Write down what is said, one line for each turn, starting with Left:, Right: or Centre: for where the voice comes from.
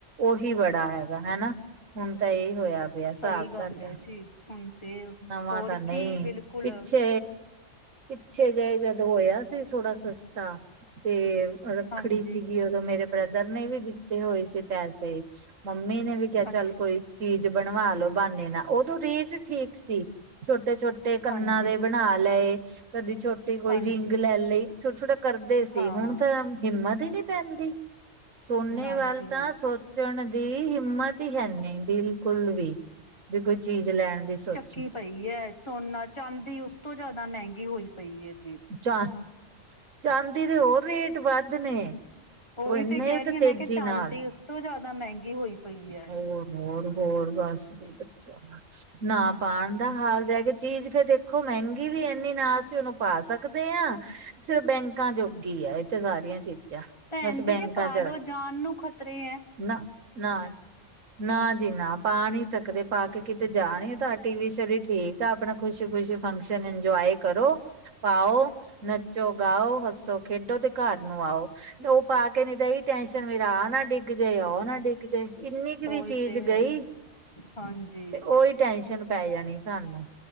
Right: ਉਹੀ ਬੜਾ ਹੈਗਾ ਹਨਾ ਹੁਣ ਤਾਂ ਇਹ ਹੋਇਆ ਪਿਆ
Left: ਸਹੀ
Right: ਸਾਬ ਸਾਡਾ
Left: ਗੱਲ ਹੈ ਜੀ ਹੁਣ ਤੇ
Right: ਨਵਾਂ
Left: ਹੋਰ
Right: ਤਾਂ ਨਈ
Left: ਕੀ ਬਿਲਕੁਲ
Right: ਪਿੱਛੇ ਪਿੱਛੇ ਜਿਹੇ ਜਦ ਹੋਇਆ ਸੀ ਥੋੜਾ ਸਸਤਾ ਤੇ ਰੱਖੜੀ
Left: ਹਾਂਜੀ
Right: ਸੀਗੀ ਉਦੋਂ ਮੇਰੇ ਬ੍ਰਦਰ ਨੇ ਵੀ ਦਿੱਤੇ ਹੋਏ ਸੀ ਪੈਸੇ ਮੰਮੀ ਨੇ ਵੀ ਕਿਆ ਚੱਲ
Left: ਅੱਛਾ
Right: ਕੋਈ ਚੀਜ਼ ਬਣਵਾ ਲੋ ਬਾਨੇ ਨਾਲ ਉਦੋਂ ਰੇਟ ਠੀਕ ਸੀ ਛੋਟੇ-ਛੋਟੇ ਕੰਨਾਂ
Left: ਹਾਂਜੀ
Right: ਦੇ ਬਣਾ ਲਏ ਕਦੀ ਛੋਟ ਟੀ ਕੋਈ
Left: ਹਾਂਜੀ
Right: ਰਿੰਗ ਲੈ ਲਈ ਛੋਟਾ- ਛੋਟਾ ਕਰਦੇ ਸੀ
Left: ਹਾਂ
Right: ਹੁਣ ਤਾਂ ਹਿੰਮਤ ਹੀ ਨਈ ਪੈਂਦੀ। ਸੋਨੇ
Left: ਨਾ
Right: ਵੱਲ
Left: ਜੀ ਨਾ
Right: ਤਾਂ ਸੋਚਣ ਦੀ ਹਿੰਮਤ ਈ ਹੈਨੀ ਬਿਲਕੁਲ ਵੀ ਵੀ ਕੋਈ ਚੀਜ਼ ਲੈਣ ਦੀ ਸੋਚ
Left: ਟ ਪਈ ਸੋਨਾ ਚਾਂਦੀ ਉਸ ਤੋਂ ਜਾਦਾ ਮਹਿੰਗੀ ਹੋਈ ਪਈ ਹੈ ਜੀ।
Right: ਚਾਂ ਚਾਂਦੀ ਦੇ ਹੋਰ ਰੇਟ ਵੱਧ ਨੇ
Left: ਉਹੀ
Right: ਓ ਇੰਨੇ
Left: ਕਹਿ
Right: ਤੇ
Left: ਰਹੀ ਹੈ
Right: ਤੇਜ਼ੀ
Left: ਮੈਂ ਕਿਹਾ ਚਾਂਦੀ
Right: ਨਾਲ
Left: ਉਸ ਤੋਂ ਜਾਦਾ ਮਹਿੰਗੀ ਹੋਈ। ਪਈ ਹੈ।
Right: ਹੋਰ-ਹੋਰ-ਹੋਰ ਬਸ ਜੀ ਬੱਚੋ ਨਾ ਪਾਣ ਦਾ ਹਾਲ ਰੈ ਕੇ ਚੀਜ਼ ਫਿਰ ਦੇਖੋ ਮਹਿੰਗੀ ਵੀ ਇੰਨੀ ਨਾ ਅਸੀਂ ਉਹਨੂੰ ਪਾ ਸਕਦੇ ਹਾਂ ਸਿਰਫ ਬੈਂਕਾਂ ਜੋਗ ਕੀ ਆ ਇਥੇ ਸਾਰੀਆਂ ਚੀਜ਼ਾਂ
Left: ਭੈਣ
Right: ਬਸ
Left: ਜੀ
Right: ਬੈਂਕਾਂ
Left: ਜੇ ਪਾਲੋ
Right: 'ਚ ਰੱਖ
Left: ਜਾਨ ਨੂੰ ਖ਼ਤਰੇ ਹੈ।
Right: ਨਾ-ਨਾ ਨਾ ਜੀ ਨਾ ਪਾ ਨਈ ਸਕਦੇ ਪਾ ਕੇ ਕਿਤੇ ਜਾ ਨਈ ਤਾਂ ਆਰਟੀਫਿਸ਼ਲ ਈ ਠੀਕ ਤਾਂ ਆਪਣਾ ਖੁਸ਼ੀ-ਖੁਸ਼ੀ ਫੰਕਸ਼ਨ ਇੰਜੋਏ ਕਰੋ। ਪਾਓ ਨੱਚੋ ਗਾਓ ਹੱਸੋ ਖੇਡੋ ਤੇ ਘਰ ਨੂੰ ਆਓ। ਓ ਪਾ ਕੇ ਨਈ ਤੇ ਏਈ ਟੈਨਸ਼ਨ ਮੇਰਾ ਆਹ ਨਾ ਡਿੱਗ ਜਏ ਆਓ ਨਾ ਡਿੱਗ ਜਏ। ਇੰਨੀ
Left: ਉਹੀ
Right: ਕੁ ਵੀ ਚੀਜ਼
Left: ਤੇ ਹੈ
Right: ਗਈ
Left: ਜੀ ਹਾਂਜੀ।
Right: ਤੇ ਉਹੀ ਟੈਨਸ਼ਨ ਪੈ ਜਾਣੀ ਸਾਨੂੰ